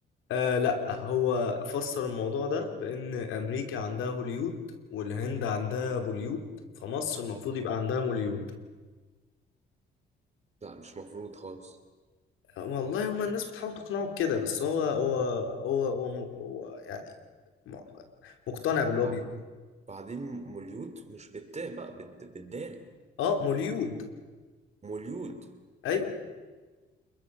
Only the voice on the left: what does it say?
آه لا هو فسر الموضوع ده بان امريكا عندها هوليود والهند عندها بوليود فمصر المفروض يبقى عندها موليود
والله هما الناس بتحاول تقنعه بكده بس هو هو هو هو, م- هو يعني م- مقتنع باللي
هو بيقوله
اه موليود
ايوه